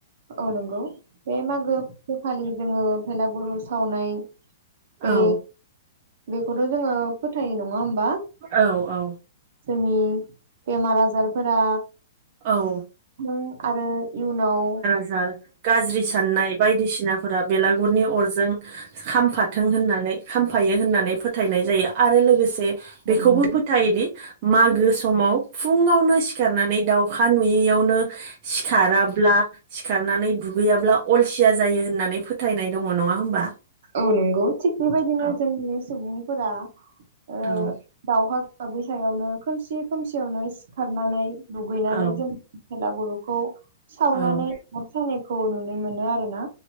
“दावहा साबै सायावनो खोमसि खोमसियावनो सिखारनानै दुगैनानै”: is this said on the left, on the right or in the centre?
Right